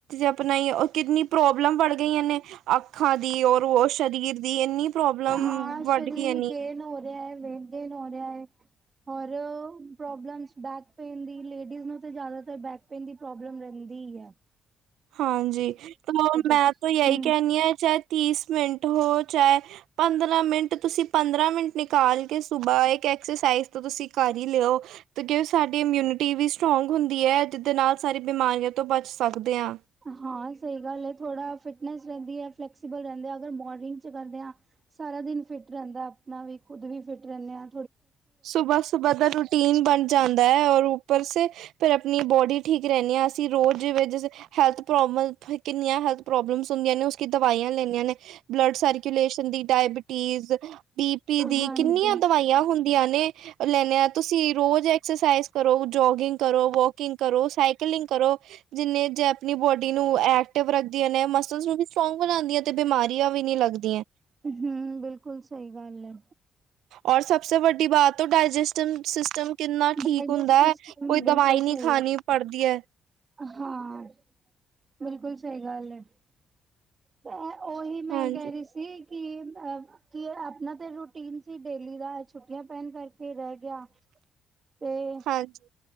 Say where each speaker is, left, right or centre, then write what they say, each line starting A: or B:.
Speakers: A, on the right; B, on the right.
A: ਅਪਣਾ ਈ ਕਿੰਨੀ ਪ੍ਰੋਬਲਮ ਬੜ ਗਈਆਂ ਨੇ। ਅੱਖਾਂ ਦੀ ਔਰ ਉਹ ਸਰੀਰ ਦੀ ਇੰਨੀ ਪ੍ਰੋਬਲਮ
B: ਹਾਂ
A: ਵੱਧ
B: ਸ਼ਰੀਰ
A: ਗਈਆਂ ਨੇ
B: ਗੇਨ ਹੋ ਰਿਹਾ ਏ, ਵੇਟ ਗੇਨ ਹੋ ਰਿਹਾ ਏ। ਹੋਰ ਜੈਂਟਸ ਬੈਕ ਪੇਨ ਦੀ ਲੇਡੀ ਨੂੰ ਤੇ ਜਿਆਦਾਤਰ ਬੈਕ ਪੇਨ ਦੀ ਪ੍ਰੋਬਲਮ ਰਹਿੰਦੀ ਹੀ ਐ।
A: ਹਾਂਜੀ ਤੇ ਮੈਂ
B: ਹੂੰ
A: ਤਾਂ ਇਹੀ ਕਹਿਣੀ ਹਾਂ ਚਾਹੇ ਤੀਸ ਮਿੰਟ ਹੋ ਚਾਹੇ ਪੰਦਰਾਂ ਮਿੰਟ ਤੁਸੀਂ ਪੰਦਰਾਂ ਮਿੰਟ ਨਿਕਾਲ ਕੇ ਸੁਬਾਹ ਇੱਕ ਐਕਸਰਸਾਈਜ਼ ਤਾਂ ਤੁਸੀਂ ਕਰ ਹੀ ਲਿਓ ਤੇ ਕਿਉਂ ਸਾਡੀ ਇਮਿਊਨਿਟੀ ਵੀ ਸਟਰੋਂਗ ਹੁੰਦੀ ਐ, ਜਿਹਦੇ ਨਾਲ ਸਾਰੀ ਬਿਮਾਰੀਆਂ ਤੋਂ ਬਚ ਸਕਦੇ ਹਾਂ।
B: ਹਾਂ ਸਹੀ ਗੱਲ ਹੈ ਥੋੜਾ ਫਿਟਨੈਸ ਰਹਿੰਦੀ ਐ, ਫਲੈਕਸੀਬਲ ਰਹਿੰਦੇ ਅਗਰ ਮੋਰਨਿੰਗ ਚ ਕਰਦੇ ਹਾਂ ਸਾਰਾ ਦਿਨ ਫਿਟ ਰਹਿੰਦਾ ਆਪਣਾ ਵੀ ਆਪਾਂ ਖੁਦ ਵੀ ਫਿਟ ਰਹਿੰਦੇ ਆਂ।
A: ਸੁਬਾਹ-ਸੁਬਾਹ ਦਾ ਰੂਟੀਨ ਬਣ ਜਾਂਦਾ ਐ, ਔਰ ਉੱਪਰ ਸ ਫਿਰ ਆਪਣੀ ਬੋਡੀ ਠੀਕ ਰਹਿੰਦੀ ਹਾਂ ਅਸੀਂ ਰੋਜ਼ ਵਿੱਚ ਜ ਹੈਲਥ ਪ੍ਰੋਬਲਮ ਕਿੰਨੀਆਂ ਹੈਲਥ ਪ੍ਰੋਬਲਮਸ ਹੁੰਦੀਆਂ ਨੇ ਉਸਕੀ ਦਵਾਈਆਂ ਲੈਂਨੇ ਹ ਨੇ ਬਲੱਡ ਸਾਰੀ ਰਿਲੇਸ਼ਨਦੀ ਡਾਇਬਟੀਜ਼ ਬੀ ਪੀ ਦੀ
B: ਹਾਂਜੀ
A: ਕਿੰਨੀਆਂ ਦਵਾਈਆਂ ਹੁੰ ਲੈਨੇ ਲੈਣੇ ਆ ਤੁਸੀਂ ਰੋਜ਼ ਐਕਸਰਸਾਈਜ਼ ਕਰੋ ਜੋਗਿੰਗ ਕਰੋ, ਵੋਕਿੰਗ ਕਰੋ, ਸਾਈਕਲਿੰਗ ਕਰੋ। ਜਿੰਨੇ ਜੇ ਆਪਣੀ ਬੋਡੀ ਨੂੰ ਐਕਟਿਵ ਰੱਖਦੀਆਂ ਨੇ ਮਸਲਸ ਨੂੰ ਵੀ ਸਟਰੋਂਗ ਬਣਾਂਦੀਆਂ ਤੇ ਬਿਮਾਰੀਆਂ ਵੀ ਨਹੀਂ ਲੱਗਦੀਆਂ।
B: ਹੂੰ ਬਿਲਕੁਲ ਸਹੀ ਗੱਲ ਹੈ।
A: ਔਰ ਸਭਸੇ ਵੱਡੀ ਬਾਤ ਤੋਂ ਡਾਇਜੈਸਟਿਵ ਸਿਸਟਮ ਕਿੰਨਾ
B: ਡਾਇਜੈਸਟ
A: ਠੀਕ ਹੁੰਦਾ
B: ਸਿਸਟਮ
A: ਐ, ਕੋਈ
B: ਬਿਲਕੁਲ
A: ਦਵਾਈ
B: ਸਹੀ
A: ਨੀ ਖਾਣੀ
B: ਹੈ
A: ਪੜਦੀ ਐ।
B: ਹਾਂ ਬਿਲਕੁਲ ਸਹੀ ਗੱਲ ਹੈ। <unintelligible> ਉਹੀ ਮੈਂ
A: ਹਾਂਜੀ
B: ਕਹਿ ਰਹੀ ਸੀ। ਕੀ ਅ ਕੀ ਆਪਣਾ ਤੇ ਰੂਟੀਨ ਸੀ ਡੇਲੀ ਦਾ ਛੁੱਟੀਆਂ ਪੈਣ ਕਰਕੇ ਰਹਿ। ਗਿਆ ਤੇ,
A: ਹਾਂਜੀ